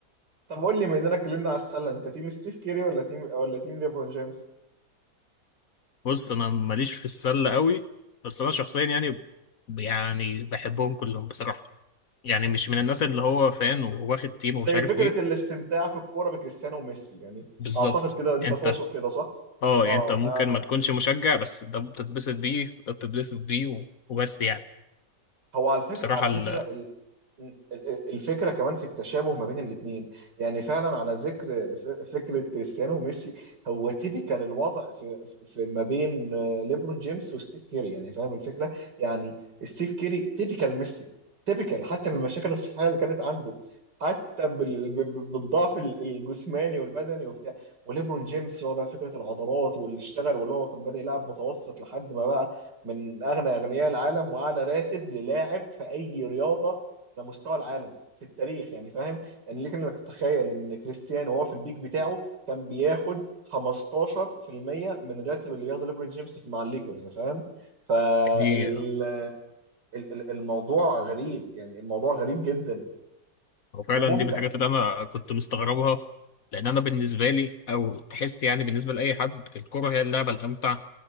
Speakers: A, on the right; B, on the left.
A: طب قول لي مننا اتكلمنا على السله انت تيم ستيف كيري ولا تيم ولا تيم ليبرون جيمس
B: بص انا ماليش في السله قوي بس انا شخصيا يعني يعني بحبهم كلهم بصراحه يعني مش من الناس اللي هو فان وواخد تيم
A: زي
B: ومش عارف
A: فكره
B: ايه
A: الاستمتاع في الكوره بكريستيانو وميسي يعني
B: بالظبط
A: اعتقد كده انت
B: انت
A: تقصد كده صح
B: اه
A: اه
B: يعني انت ممكن
A: آه.
B: ما تكونش مشجع بس ده بتتبسط بيه وده بتتبسط بيه و- وبس يعني
A: هو على فكرة
B: بصراحه
A: على
B: ال...
A: فكرة ال- ال- ال- الفكرة كمان في التشابه ما بين الاتنين يعني فعلا على ذكر ف- فكرة كريستيانو وميسي هو تيبيكال الوضع في, في ما بين آه، ليبرون جيمس وستيف كيري يعني فاهم الفكرة يعني ستيف كيري تيبيكال ميسي تيبيكال حتى بالمشاكل الصحية اللي كانت عنده حتى بال- ب- ب- بالضعف ال- الجسماني والبدني وبتاع وليبرون جيمس هو بقى فكرة العضلات واللي اشتغل واللي هو كان بادئ يلعب متوسط لحد ما بقى من اغنى اغنياء العالم واعلى راتب للاعب في اي رياضه على مستوى العالم في التاريخ يعني فاهم يعني ليك انك تتخيل ان كريستيانو وهو في البيك بتاعه كان بياخد 15% من الراتب اللي بياخده ليبرون جيمس مع الليكرز فاهم فال
B: دي
A: ال- ال- الموضوع غريب يعني الموضوع غريب جدا
B: هو فعلا
A: وممتع
B: دي من الحاجات اللي انا كنت مستغربها لان انا بالنسبه لي او تحس يعني بالنسبه لاي حد الكره هي اللعبه الامتع